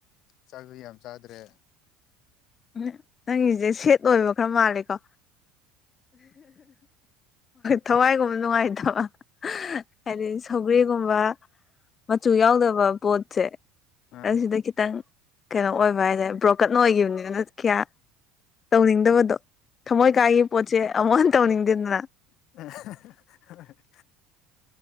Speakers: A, on the left (about 55°); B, on the left (about 30°).
A: ꯆꯥꯛꯖꯨ ꯌꯥꯝ ꯆꯥꯗ꯭ꯔꯦ
B: ꯎꯝ ꯅꯪꯒꯤꯖꯦ ꯁꯦꯠ ꯑꯣꯏꯕ ꯈꯔ ꯃꯥꯜꯂꯤꯀꯣ ꯊꯋꯥꯏꯒꯨꯝꯕ ꯅꯨꯡꯉꯥꯏꯇꯕ ꯍꯥꯏꯗꯤ ꯁꯧꯒ꯭ꯔꯤꯒꯨꯝꯕ ꯃꯆꯨ ꯌꯥꯎꯗꯕ ꯄꯣꯠꯁꯦ
A: ꯑꯥ
B: ꯑꯗꯨꯗ ꯈꯤꯇꯪ ꯀꯩꯅꯣ ꯑꯣꯏꯕ ꯍꯥꯏꯇꯥꯔꯦ ꯕ꯭ꯔꯣꯀꯟ ꯑꯣꯏꯒꯤꯕꯅꯤꯅ ꯀꯌꯥ ꯇꯧꯅꯤꯡꯗꯕꯗꯣ ꯊꯝꯃꯣꯏ ꯀꯥꯏꯒꯤ ꯄꯣꯠꯁꯦ ꯑꯃꯨꯛ ꯍꯟ ꯇꯧꯅꯤꯡꯗꯦꯗꯅ
A: <unintelligible>